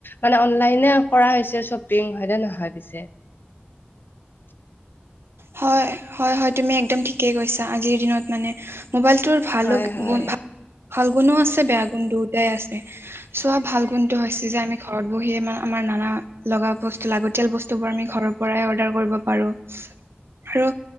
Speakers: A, on the left; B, on the right.
A: মানে অনলাইনে কৰা হৈছে শ্বপিং। হয়‌ নে নহয় পিছে? <inaudible>
B: হয়-হয়-হয়, তুমি একদম ঠিকেই কৈছা আজিৰ দিনত মানে। মোবাইলতোৰ- ভালো
A: হয় হয়
B: গুণ, ভাল গুণো আছে, বেয়া গুণ দুইটাই আছে। চোৱা ভাল গুণটো হৈছে যে আমি ঘৰত বহিয়ে মে আমাৰ নানা লগা বস্তু লাগতিয়াল বস্তু বোৰ আমি ঘৰৰ- পৰাই অৰ্ডাৰ কৰিব পাৰো। আৰু